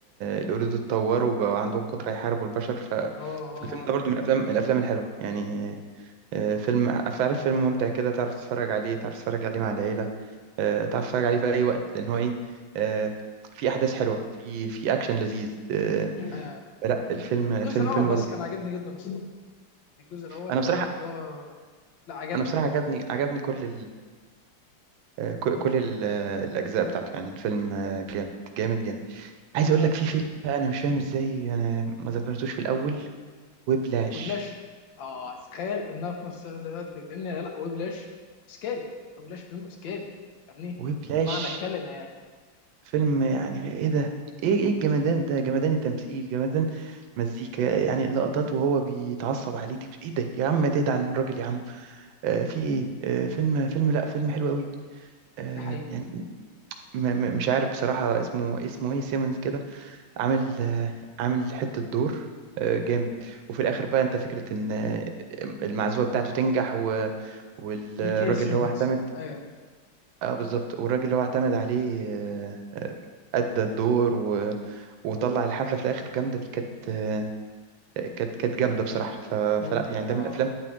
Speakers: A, on the right; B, on the left.
A: القرود اتطوروا وبقوا عندهم قدرة يحاربوا البشر ف...
B: اه
A: فالفيلم
B: اه
A: ده برضو من الافلام من الافلام الحلوه يعني آه، فيلم عارف عارف، فيلم ممتع كده تعرف تتفرج عليه تعرف تتفرج عليه مع العيله آه، تعرف تتفرج عليه في اي وقت لان هو ايه آه، في احداث حلوه في في اكشن لذيذ آه،
B: آه،
A: لا الفيلم الفيلم
B: الجزء الاول
A: فيلم
B: بس
A: برضو
B: كان
A: لذيذ
B: عجبني جدا اصلا <laughs> الجزء الاول
A: انا
B: انا
A: بصراحه
B: فاكر اللي هو لا عجبني
A: انا بصراحه
B: عجبني
A: عجبني
B: يعني
A: عجبني كل آه، ك- كل ال- آه، الأجزاء بتاعته يعني الفيلم آه، جامد جامد جامد عايز
B: ايوه
A: أقول لك في فيلم بقى أنا مش فاهم إزاي أنا ما ذكرتوش في الأول وبلاش
B: وبلاش اه تخيل انها في نفس الوقت لان لا وبلاش سكاري وبلاش فيلم سكاري فاهمني
A: وبلاش
B: بمعنى الكلمه يعني
A: فيلم يعني إيه ده إيه إيه الجمدان ده جمدان التمثيل جمدان مزيكا يعني اللقطات وهو بيتعصب عليه دي إيه ده يا عم تدعي عن الراجل يا عم آه، في إيه آه، فيلم فيلم لأ فيلم حلو قوي آه،
B: ده حقيقي
A: يعني م- م- مش عارف بصراحة اسمه اسمه إيه سيمنز كده عامل آه، عامل حتة دور آه، جامد وفي الآخر بقى أنت فكرة إن آه، المعزوفة بتاعته تنجح و... والراجل
B: جي كي سيمونز
A: اللي هو اعتمد
B: ايوه
A: اه بالظبط والراجل اللي هو اعتمد عليه آه، أدى الدور و... وطلع الحفلة في الآخر جامدة دي كانت آه، كانت كانت جامدة بصراحة ف...
B: امم
A: فلا يعني ده
B: اه
A: من الأفلام